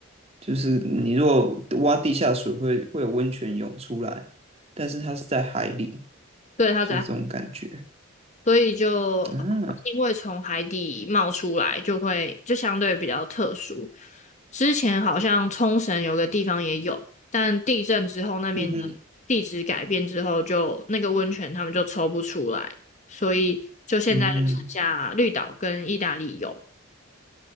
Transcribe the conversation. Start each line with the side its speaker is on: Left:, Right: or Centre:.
Right: 就是你如果挖地下水会会有温泉涌出来，但是它是在海里，
Left: 对，它在，
Right: 就是这种感觉。
Left: 所以就因为从海底冒出来，
Right: 嗯、啊、
Left: 就会就相对比较特殊。之前好像冲绳有个地方也有，但地震之后那边的地质改变之后就那个温泉他们就抽不出来，
Right: 嗯哼
Left: 所以就现在就剩下绿岛跟意大利有。
Right: 嗯